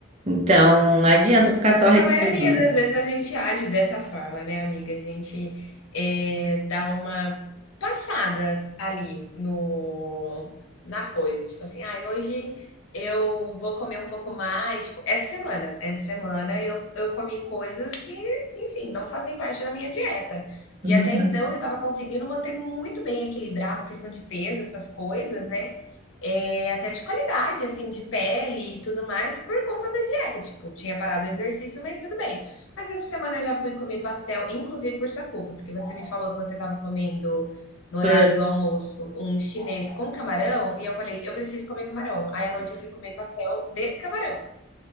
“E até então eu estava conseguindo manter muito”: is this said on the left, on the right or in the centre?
Left